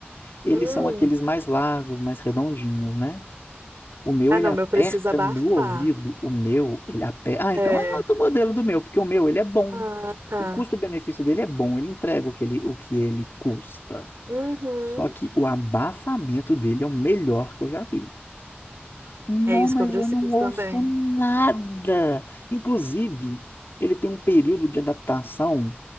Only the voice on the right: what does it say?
Hum.
Ah,
não,
meu preciso abafar.
É,
Ah, tá.
Uhum.
é isso
que eu preciso
também.